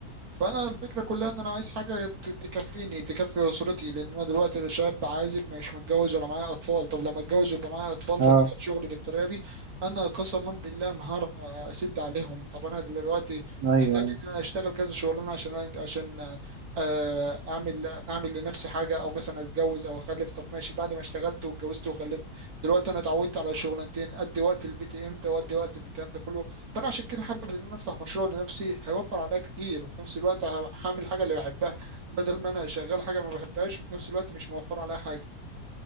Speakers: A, on the right; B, on the right.
A: فانا الفكره كلها ان انا عايز حاجه ت- تكفيني تكفي اسرتي لان انا دلوقتي شاب عازب مش متجوز ولا معايا اطفال طب لما اتجوز ويبقى معايا اطفال
B: اه
A: في مجال شغلي بالطريقه دي انا قسما بالله ما هعرف اسد عليهم طب انا دلوقتي
B: ايوه
A: محتاج
B: ايوه
A: ان انا اشتغل كذا شغلانه عشان أن- عشان آه، اعمل اعمل لنفسي حاجه او مثلا اتجوز او اخلف طب ماشي بعد ما اشتغلت واتجوزت وخلفت دلوقتي انا اتعودت على شغلانتين ادي وقت البيت امتى وادي وقت الكلام ده كله فانا عشان كده حابب ان انا افتح مشروع لنفسي هيوفر عليا كتير وفي نفس الوقت ه- هعمل حاجه اللي بحبها بدل ما انا شغال حاجه ما بحبهاش وفي نفس الوقت مش موفر عليا حاجه